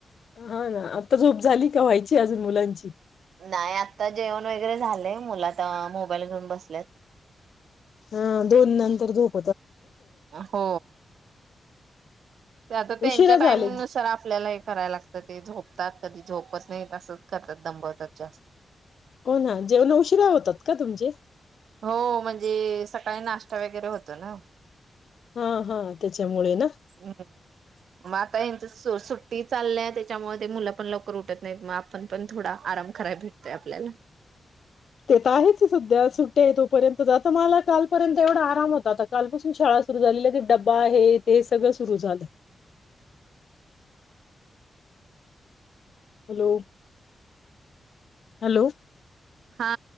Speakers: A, on the left (about 65°); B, on the right (about 80°).
A: हा ना आता झोप झाली का व्हायची अजून मुलांची
B: नाही आता जेवण वगैरे झालं. मुलं आता मोबाईल घेऊन बसल्यात.
A: हा दोन नंतर झोप.
B: हो आता त्यांच्या
A: उशिरा झाले
B: टाइम नुसार आपल्याला हे करायला लागतं ते झोप त्यात कधी झोप नाही तसंच करतात दबवतात. जास्त
A: हो ना, जेवण उशिरा होतात का तुमचे?
B: हो म्हणजे सकाळी नाश्ता वगैरे होतो ना.
A: हा हा त्याच्यामुळे ना
B: हम्म म यांचं सुट्टीत चाललंय त्याच्यामुळे ते मुलं पण लवकर उठत नाहीत मग आपण पण थोडा आराम करायला भेटतोय आपल्याला.
A: ते तर आहेच सध्या असं ते तोपर्यंतत मला कालपर्यंत एवढा आराम होता. आता कालपासून शाळा सुरू झाल्या लगेच डबा हे ते सगळं सुरू झालं. हॅलो हॅलो
B: हा